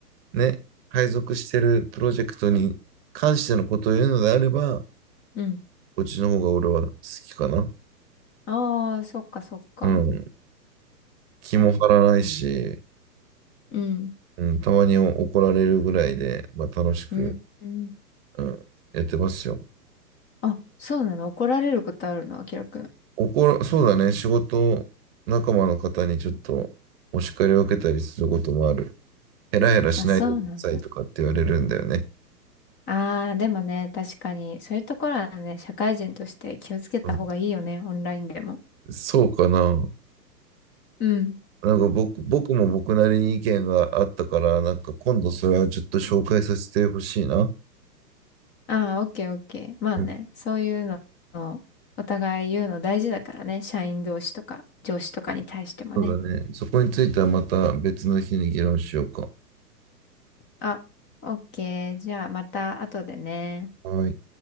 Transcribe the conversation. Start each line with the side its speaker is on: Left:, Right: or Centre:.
Right: ね、配属してるプロジェクトに関してのことを言うのであれば、
Left: うん、
Right: こっちの方が俺は好きかな。
Left: ああ、そっかそっか。
Right: うん。気も張らないし、
Left: 確かに。うん、
Right: うん、たまに怒られるぐらいで、まあ、楽しく、
Left: うん、うん。
Right: うん、やってますよ。
Left: あ、そうなの怒られることあるのあきらくん。
Right: 怒ら、そうだね、仕事仲間の方にちょっとお叱りを受けたりすることもある。ヘラヘラしないでくださいとかって言われるんだよね。
Left: あ、そうなんだ。ああ、でもね、確かに、そういうところはね、社会人として気をつけた方がいいよね、
Right: うん、
Left: オンラインでも。
Right: そうかな。
Left: うん。
Right: なんか僕、僕も僕なりに意見があったから、なんか今度それはちょっと紹介させてほしいな。
Left: ああ、オッケーオッケー。まあね、
Right: うん、
Left: そういうのをお互い言うの大事だからね。社員同士とか上司とかに対してもね。
Right: そうだね。そこについてはまた別の日に議論しようか。
Left: あ、オッケー。じゃあまた後でね。
Right: はい。